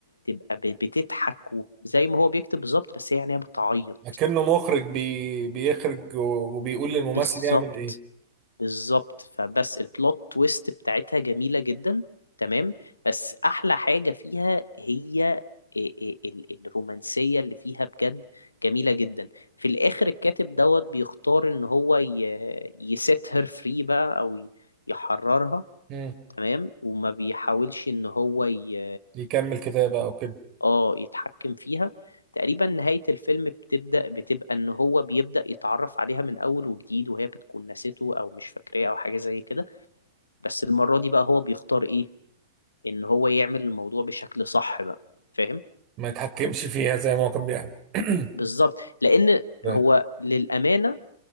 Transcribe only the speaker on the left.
تبقى ب- بتضحك وزي ما هو بيكتب بالظبط بس هي يعني هي بتعيط
بالظبط
بالظبط فبس البلوت تويست بتاعتها جميلة جدا تمام بس أحلى حاجة فيها هي ال- ال- الرومانسية اللي فيها بجد جميلة جدا في الآخر الكاتب دوت بيختار إن هو ي- يسيت هير فري بقى أو ي- يحررها
تمام وما بيحاولش إن هو ي...
آه يتحكم فيها تقريبا نهاية الفيلم بتبدأ بتبقى إن هو بيبدأ يتعرف عليها من أول وجديد وهي بتكون نسيته أو مش فاكراه أو حاجة زي كده بس المرة دي بقى هو بيختار ايه ان هو يعمل الموضوع بشكل صح بقى فاهم
بالظبط لان
هو للأمانة